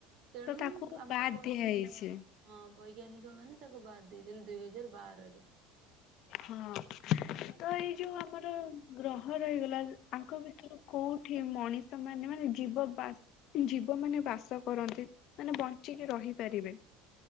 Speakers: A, on the right; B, on the left.
A: ତେଣୁ
B: ତ ତାକୁ
A: ଆମର
B: ବାଦ୍
A: ବହି
B: ଦିଆ ହେଇଛି
A: ହଁ ବୈଜ୍ଞାନିକ ମାନେ ତାକୁ ବାଦ୍ ଦେଇଦଲେ ଦୁଇ ହଜାର ବାରରେ।
B: ହଁ ତ ଏଇ ଯୋଉ ଆମର ଗ୍ରହ ରହିଗଲା ଆଙ୍କ ଭିତରୁ କୋଉଠି ମଣି ଷ ସେମାନେ ମାନେ ଜୀବ ବାସ ଜୀବ ମାନେ ବାସ କରନ୍ତି ମାନେ ବଞ୍ଚିକି ରହିପାରିବେ।